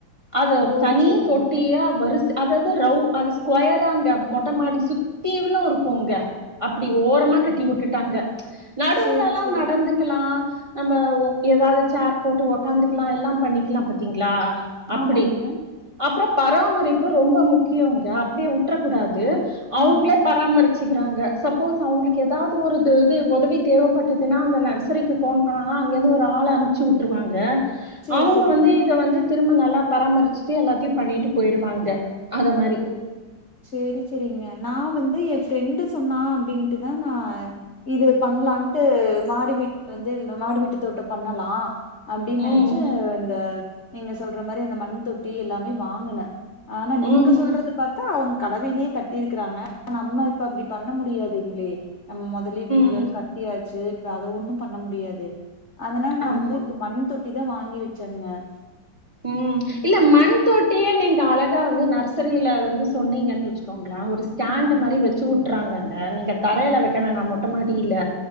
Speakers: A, on the right; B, on the left.
A: அது ஒரு
B: ஓ!
A: தனி
B: சரிங்க.
A: தொட்டியா வருச அதாவது ரவ் அது ஸ்கொயராங்க மொட்டை மாடி சுத்திலும் இருக்கும்ங்க அப்டி ஓரமா
B: ஓ!
A: கட்டி வுட்டுட்டு தங்க நடுவுலல்லாம்
B: சரி, சரிங்க.
A: நடந்துக்கலாம் நம்ம ஒ ஏதாவது சேர் போட்டு உக்காந்துக்கலாம் எல்லாம் பண்ணிக்கலாம் பாத்தீங்களா அப்டி
B: ஆமாங்க.
A: அப்பறம் பராமரிப்பு ரொம்ப முக்கியங்க அப்டியே உற்றக்கூடாது அவங்களே
B: ஆ, ஆ.
A: பராமரிச்சு இருக்கிறாங்க சப்போஸ் அவங்களுக்கு ஏதாவது ஒரு து உதவி தேவைப்பட்டதுன்னா அந்த நர்சரிக்கு ஃபோன் பண்ணாங்கா அங்கேருந்து ஒரு ஆள அனுப்பச்சி விட்டுருவாங்க
B: சரி,
A: அவங்க
B: சரிங்க.
A: வந்து இத வந்து திரும்ப நல்ல எல்லாம் பராமரிச்சுட்டு எல்லாத்தையும் பண்ணிட்டு போயிருவாங்க அத மாரி.
B: ஓ செரி செரிங்க நான் வந்து எப் ப்ரெண்டு சொன்னா அப்டின்ட்டுதான் நான இது பண்ணலான்ட்டு மாடி வீட்டு வந்து இந்த மாடி வீட்டு தோட்டம் பண்ணலாம் அப்டின்னு நினைச்சு
A: ம்.
B: இந்த நீங்க சொல்ற மாரி அந்த மண் தொட்டி எல்லாமே வாங்குனேன் ஆனா நீங்க
A: ம்.
B: சொல்றது
A: ம்.
B: பாத்தா அவங்க கலவையிலேயே கட்டிருக்கிறாங்க ஆன நம்ம இப்ப அப்டி பண்ண முடியாதுங்களே நம் கத்துலயே வீடு
A: ம்.
B: வேற கட்டியாச்சு இப்ப அத ஒண்ணும் பண்ண முடியாது அதனால நான்
A: ஆமா.
B: வந்து மண் தொட்டி இதன் தான் வாங்கி வச்சிருந்தேன்
A: உம் இல்ல மண் தொட்டியே நீங்க அழகா வந்து நர்சரியில வந்து சொன்னீங்கன்னு வச்சுக்கோங்கலே ஒரு ஸாண்ட்
B: ஆ
A: மாதிரி வச்சு விட்டுறாங்கங்க நீங்க தரையில வைக்க வேணாம் மொட்ட மாடில